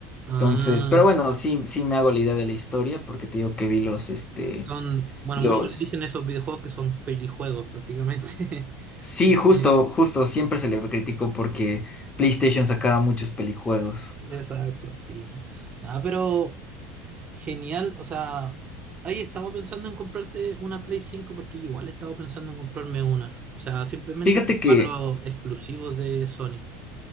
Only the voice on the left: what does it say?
Entonces, pero bueno, sí, sí me hago la idea de la historia porque te digo que vi los, este,
los...
Sí,
justo, justo, siempre se le criticó porque PlayStation sacaba muchos pelijuegos.
Fíjate
que